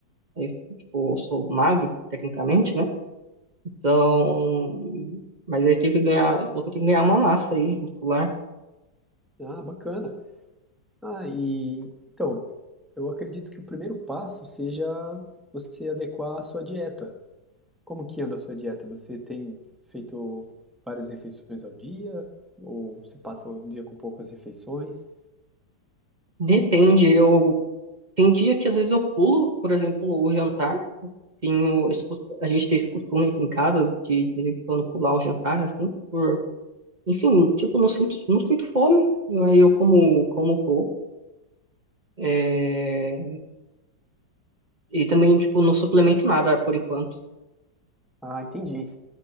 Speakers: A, on the right; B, in the centre.
A: eh, tipo, eu sou magro, tecnicamente, né? Então, mas aí tem que ganhar, ele falou que eu tenho que ganhar uma massa aí, muscular.
B: Ah, bacana. Ah, e então, eu acredito que o primeiro passo seja você adequar a sua dieta. Como que anda a sua dieta? Você tem feito várias refeições ao dia? Ou você passa o dia com poucas refeições?
A: Depende, eu Tem dia que às vezes eu pulo, por exemplo, o jantar. Tenho esse cos- a gente tem esse costume aqui em casa de, de vez em quando pular o jantar, assim, por, enfim, tipo, não sinto, não sinto fome. Aí eu como, como pouco. É, e também, tipo, não suplemento nada por enquanto,
B: Ah, entendi.